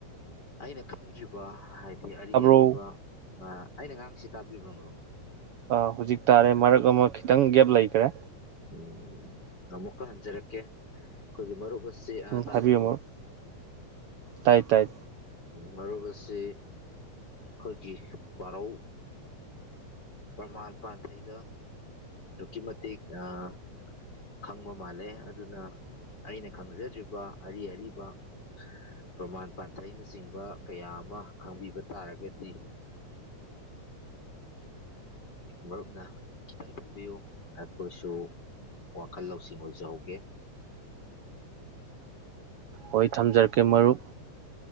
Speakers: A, on the left; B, on the right.
A: ꯑꯩꯅ ꯈꯪꯗ꯭ꯔꯤꯕ ꯍꯥꯏꯗꯤ ꯑꯔꯤ
B: ꯇꯥꯕ꯭ꯔꯣ
A: ꯑꯔꯤꯕ ꯑꯥ ꯑꯩꯅ ꯉꯥꯡꯁꯤ ꯇꯥꯕꯤꯕ꯭ꯔ ꯃꯔꯨꯞ
B: ꯑꯥ ꯍꯧꯖꯤꯛ ꯇꯥꯔꯦ ꯃꯔꯛ ꯑꯃ ꯈꯤꯇꯪ ꯒꯦꯞ ꯂꯩꯒꯔꯦ
A: ꯎꯝ ꯑꯃꯨꯛꯀ ꯍꯟꯖꯔꯛꯀꯦ ꯑꯩꯈꯣꯏꯒꯤ ꯃꯔꯨꯞ ꯑꯁꯤ ꯑꯥ
B: ꯎꯝ
A: ꯇꯥꯕꯤꯀꯣ
B: ꯍꯥꯏꯕꯤꯌꯨ ꯃꯔꯨꯞ ꯇꯥꯏ ꯇꯥꯏ
A: ꯃꯔꯨꯞ ꯑꯁꯤ ꯑꯩꯈꯣꯏꯒꯤ ꯄꯔꯧ ꯄ꯭ꯔꯃꯥꯟ ꯄꯥꯟꯊꯩꯗ ꯑꯗꯨꯛꯀꯤ ꯃꯇꯤꯛ ꯑꯥ ꯈꯪꯕ ꯃꯥꯜꯂꯦ ꯑꯗꯨꯅ ꯑꯩꯅ ꯈꯪꯖꯗ꯭ꯔꯤꯕ ꯑꯔꯤ ꯑꯔꯤꯕ ꯄ꯭ꯔꯃꯥꯟ ꯄꯥꯟꯊꯩꯅꯆꯤꯡꯕ ꯀꯌꯥ ꯑꯃ ꯈꯪꯕꯤꯕ ꯇꯥꯔꯒꯗꯤ ꯃꯔꯨꯞꯅ ꯈꯤꯇꯪ ꯊꯝꯕꯤꯌꯨ ꯑꯩꯈꯣꯏꯁꯨ ꯋꯥꯈꯜ ꯂꯧꯁꯤꯡ ꯑꯣꯏꯖꯍꯧꯒꯦ
B: ꯍꯣꯏ ꯊꯝꯖꯔꯛꯀꯦ ꯃꯔꯨꯞ